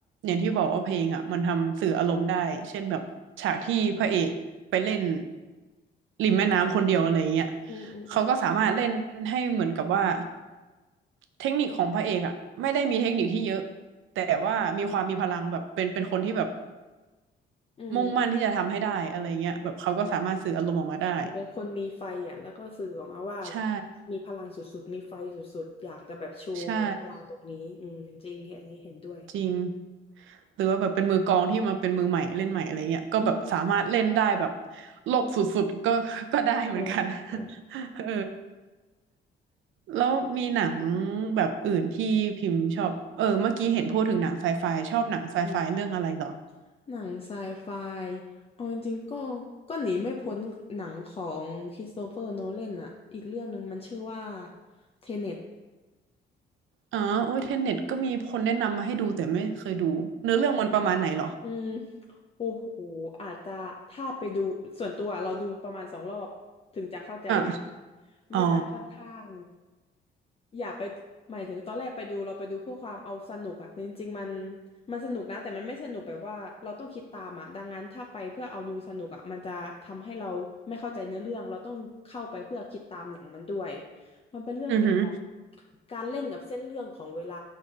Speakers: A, on the right (about 80°); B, on the left (about 30°).
A: อย่างที่บอกว่าเพลงอ่ะมันทำสื่ออารมณ์ได้เช่นแบบฉากที่พระเอกไปเล่นริมแม่น้ำคนเดียวอะไรเงี้ย
B: อืมอืมอืม
A: เขาก็สามารถเล่นให้เหมือนกับว่าเทคนิคของพระเอกอ่ะไม่ได้มีเทคนิคที่เยอะแต่ว่ามีความมีพลังแบบเป็นเป็นคนที่แบบ
B: อืม
A: มุ่งมั่นที่จะทำให้ได้อะไรเงี้ยแบบเขาก็สามารถสื่ออารมณ์ออกมาได้
B: เห็นเป็นคนมีไฟอ่ะแล้วก็สื่อออกมาว่า
A: ใช่
B: มีพลังสุดๆมีไฟสุดๆอยากจะแบบโชว์แบบพลังตรงนี้อืมจริงเห็นอันนี้เห็นด้วย
A: ใช่จริงหรือว่าแบบเป็นมือกลองที่มันเป็นมือใหม่เล่นใหม่อะไรเงี้ยก็แบบสามารถเล่นได้แบบ
B: อืม
A: โลกสุดๆก็ <laughs> ก็ได้เหมือนกัน
B: เออเออเออ
A: <laughs> เออแล้วมีหนังแบบอื่นที่พิมพ์ชอบเออเมื่อกี้เห็นพูดถึงหนังไซไฟชอบหนังไซไฟเรื่องอะไรเหรอ
B: อืมหนังไซไฟเอาจริงๆก็ก็หนีไม่พ้นหนังของคริสโตเฟอร์โนแลนอ่ะอีกเรื่องหนึ่งมันชื่อว่าเทเน็ต
A: อ๋อโอ้ยเทนเน็ตก็มีคนแนะนำมาให้ดูแต่ไม่เคยดูเนื้อเรื่องมันประมาณไหนเหรอ
B: อืมโอ้โหอาจจะถ้าไปดูส่วนตัวเราดูประมาณสองรอบถึงจะเข้าใจ
A: อ่ะ
B: มันเป็นหนังค่อนข้าง
A: อ๋อ
B: อย่าไปหมายถึงตอนแรกไปดูเราไปดูเพื่อความเอาสนุกอะแต่จริงๆมันมันสนุกนะแต่มันไม่สนุกแบบว่าเราต้องคิดตามอะดังนั้นถ้าไปเพื่อเอาดูสนุกอะมันจะทำให้เราไม่เข้าใจเนื้อเรื่องเราต้องเข้าไปเพื่อคิดตามหนังมันด้วยมันเป็นเรื่องเกี่ยวกับ
A: อือหือ
B: การเล่นกับเส้นเรื่องของเวลา